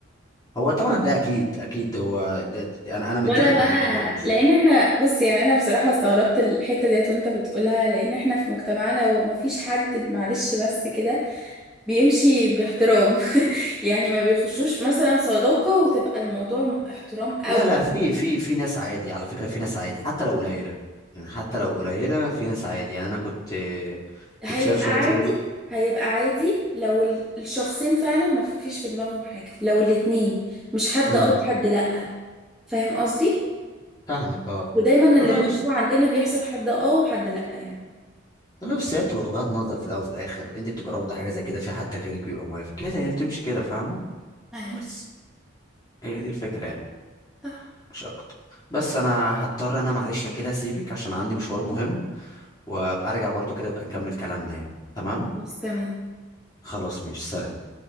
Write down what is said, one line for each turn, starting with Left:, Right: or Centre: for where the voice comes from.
Left: هو طبعا ده اكيد اكيد هو ده انا انا متفق
Centre: ولا بقى
Left: معاكي برضو مش
Centre: لان احنا بص يعني انا بصراحه استغربت الحته ديت وانت بتقولها لان احنا في مجتمعنا وما فيش حد معلش بس كده بيمشي باحترام <laughs> يعني ما بيخشوش مثلا صداقه وتبقى الموضوع احترام قوي
Left: لا لا في في في ناس عادي على فكره في ناس عادي حتى لو قليله يعني حتى لو قليله في ناس عادي يعني انا كنت
Centre: وهيبقى
Left: كنت شايف شويه
Centre: عادي
Left: ريل
Centre: هيبقى عادي لو ال- الشخصين فعلا ما فيش في دماغهم حاجه لو الاتنين مش حد
Left: امم
Centre: اه وحد لأ فاهم قصدي
Left: فاهمك اه
Centre: ودايما
Left: والله
Centre: اللي بشوفه
Left: بس
Centre: عندنا بيحصل حد اه وحد لأ يعني
Left: والله بس هي بتبقى وجهات نظر في الاول وفي الاخر انت بتبقى رافضه حاجه زي كده في حد غيرك بيبقى موافق كده هي بتمشي كده فاهمه
Centre: ايوه
Left: بس هي دي الفكرة يعني
Centre: صح
Left: مش اكتر بس انا هضطر انا معلش كده اسيبك عشان عندي مشوار مهم وابقى ارجع برضو كده ابقى نكمل كلامنا يعني تمام
Centre: بس تمام
Left: خلاص ماشي سلام